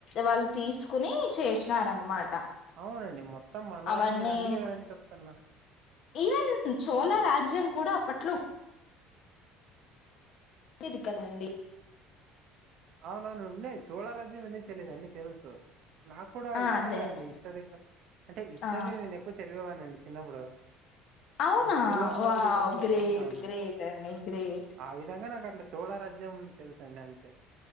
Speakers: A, on the left; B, on the right.
A: వాళ్ళు తీసుకుని చేసినారనమాట
B: అవునండి మొత్తం మనదాని
A: అవన్నీ
B: మీద అందుకే కదా అండి చెప్తున్నా.
A: ఈవెన్ చోలా రాజ్యం కూడా అప్పట్లో డిది కదండి
B: అవునవును ఉన్నాయ్ చోళారాజ్యం ఎందుకు తెలిదండి తెలుసు నాకు కూడా
A: ఆ
B: ఇష్టమే
A: అదే
B: అండి హిస్టరీ అంటే హిస్టరీ
A: ఆ
B: నేను ఎక్కువ చదివేవానండి చిన్నప్పుడు
A: అవునా
B: నేను స్కూలో ఉన్నప్పుడు
A: వా
B: ఇవన్నీ
A: గ్రేట్
B: అవును అవునండి
A: గ్రేట్ అండి గ్రేట్
B: ఆ విధంగా నాకు అట్లా చూడ్ రాజ్యం తెలుసండి అంతే